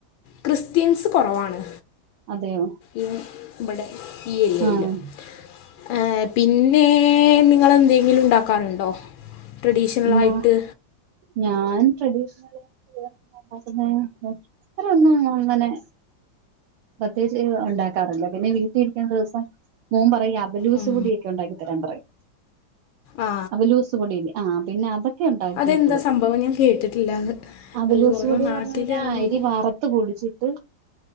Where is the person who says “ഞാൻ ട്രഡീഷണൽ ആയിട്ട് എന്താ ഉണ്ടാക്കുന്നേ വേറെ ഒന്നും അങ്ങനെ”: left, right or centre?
Right